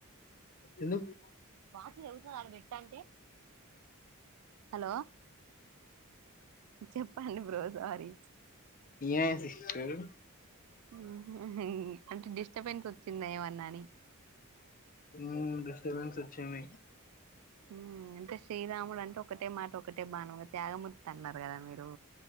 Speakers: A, on the left (about 40°); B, on the right (about 80°).
A: ఎందుకు
B: వాచ్ తెగుతది అక్కడ పెట్టు అంటే హలో చెప్పండి బ్రో సారి
A: ఏ సిస్టర్
B: ముహు అంటే డిస్టబెన్స్ వచ్చింద ఏమన్నా అని
A: ఉమ్ డిస్టర్బెన్స్ వచ్చింది
B: మ్ అంటే శ్రీరాముడు అంటే ఒకటే మాట ఒక టే బాణం త్యాగమూర్తి అన్నారు కదా మీరు